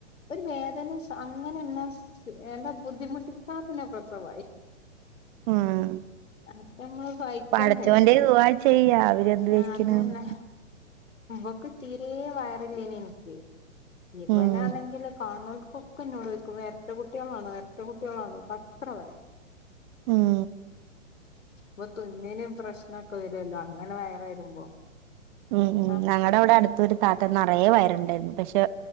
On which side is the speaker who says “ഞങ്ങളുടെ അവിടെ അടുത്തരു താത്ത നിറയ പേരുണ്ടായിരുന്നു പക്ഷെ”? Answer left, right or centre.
Right